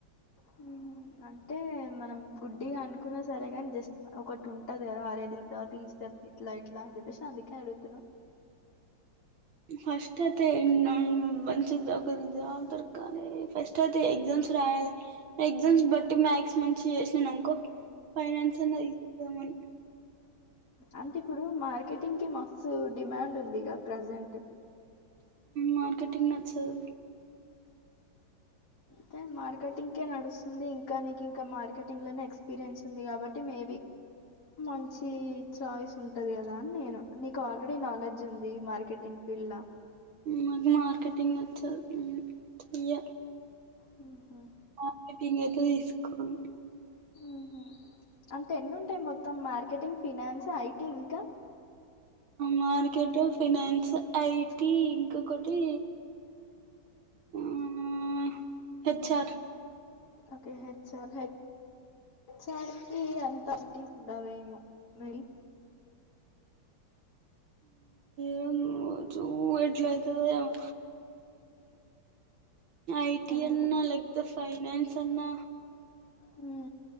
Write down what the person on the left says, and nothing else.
హ అంటే మనం గుడ్డిగా అనుకున్నా సరే గాని జస్ట్ ఒకటి ఉంటది కదా అరే దీని తర్వాతస్త ఇలా ఇట్లాంది పష అంది కడతున
అంటే ఇప్పుడు మార్కెటింగ్ కి మస్తు డిమాండ్ ఉందిగ ప్రజెంట్
తే మార్కెటింగ్కే నడుస్తుంది ఇంకా నీకు ఇంకా మార్కెటింగ్ లోనే ఎక్స్పీరియన్స్ ఉంది. కాబట్టి మేబి మంచి చాయిస్ ఉంటది కదా నేను నీకు ఆల్రెడీ నాలెడ్జ్ ఉంది మార్కెటింగ్ ఇల్లా
హ
ఉహు అంటే ఎన్ని ఉంటాయి మొత్తం మార్కెటింగ్ ఫినాన్స్ ఐటీ ఇంకా
ఓకే హెచ్ ఆర్ హ హెచ్ ఆర్ కి అంతటీ ఉండవేమో మెయి
ఏమైంది
ఉ